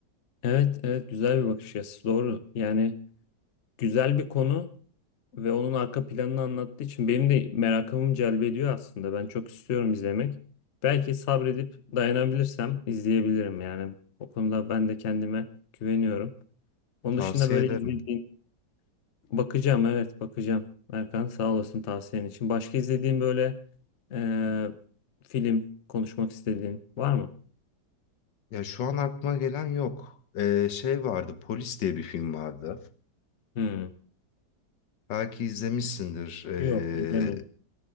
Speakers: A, on the left; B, on the left.
A: Evet, evet güzel bir bakış açısı. Doğru. Yani güzel bir konu. Ve onun arka planını anlattığı için benim de merakımı celbediyor aslında. Ben çok istiyorum izlemek. Belki sabredip dayanabilirsem izleyebilirim yani. O konuda ben de kendime güveniyorum. Onun
B: Tavsiye
A: dışında böyle
B: ederim.
A: izlediğim bakacağım evet bakacağım. Erkan sağ olasın tavsiyen için. Başka izlediğin böyle eee, film konuşmak istediğin var mı?
B: Ya şu an aklıma gelen yok. Ee, şey vardı, Polis diye bir film vardı.
A: Hmm.
B: Belki izlemişsindir. Ee,
A: Yok izlemedim.